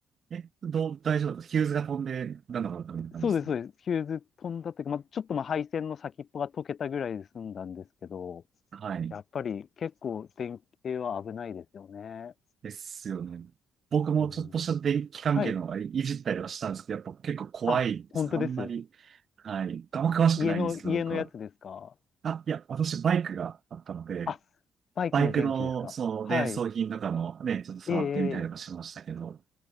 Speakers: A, on the right; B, on the left.
A: え、どう、大丈夫だったヒューズが飛んで、なんだかったみたいな感じですね。
B: そうです、そうです。ヒューズ飛んだというか、まあ、ちょっとまあ配線の先っぽが溶けたぐらいで済んだんですけど、
A: はい。
B: やっぱり結構電気系は危ないですよね。
A: ですよね。僕もちょっとした電気関係のいいじったりはしたんですけど、
B: うん、はい。
A: やっぱ結構怖いですね。
B: あ、本当です。
A: あんまり、はい。あんま詳しくないんですけど、
B: 家の、家のやつですか。
A: 僕は。あ、いや、私バイクがあったので、
B: あ、バイクの電気ですか。
A: バイクの、その、
B: はい。
A: 伝装品とかもね、ちょっと触ってみたりとかしましたけど、
B: えええ